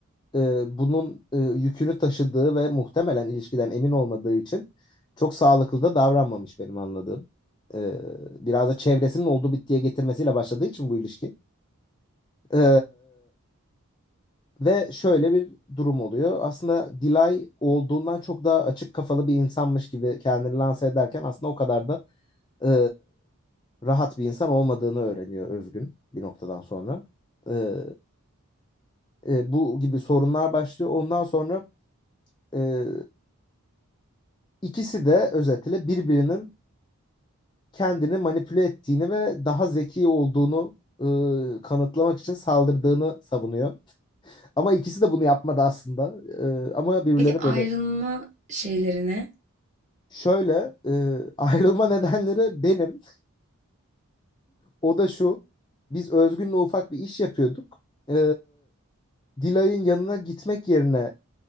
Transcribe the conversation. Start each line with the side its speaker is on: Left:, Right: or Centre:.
Left: e, bunun e, yükünü taşıdığı ve muhtemelen ilişkiden emin olmadığı için çok sağlıklı da davranmamış benim anladığım. E, biraz da çevresinin oldu bittiye getirmesiyle başladığı için bu ilişki. E, Ve şöyle bir durum oluyor. Aslında Dilay olduğundan çok daha açık kafalı bir insanmış gibi kendini lanse ederken aslında o kadar da e, rahat bir insan olmadığını öğreniyor Özgün bir noktadan sonra. E, e, bu gibi sorunlar başlıyor. Ondan sonra e, ikisi de özetle birbirinin kendini manipüle ettiğini ve daha zeki olduğunu e, kanıtlamak için saldırdığını savunuyor. Ama ikisi de bunu yapmadı aslında. E, ama birbirlerini
Right: Peki ayrılma
Left: böyle
Right: şeyleri ne?
Left: Şöyle e, <laughs> ayrılma nedenleri benim. O da şu. Biz Özgün'le ufak bir iş yapıyorduk. E, Dilay'ın yanına gitmek yerine